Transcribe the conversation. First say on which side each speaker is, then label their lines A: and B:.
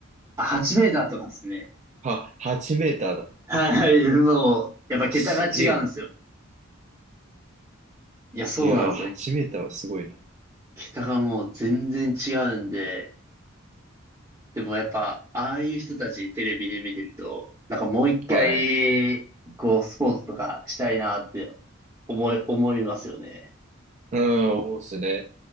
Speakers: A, on the right (about 20°); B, on the right (about 35°).
A: あ8メーターとかですね。
B: は、8メーターだ。
A: はい、もう、やっぱ桁が違うんですよ。
B: うわ、すげえな。
A: いや、そうなんですよ。
B: いやー、8メーターはすごいな。
A: 桁がもう全然違うんで、でもやっぱ、ああいう人たちテレビで見てると、なんかもう一回、
B: はい。
A: こう、スポーツとかしたいなって思い、思いますよね。
B: うん、思うっすね。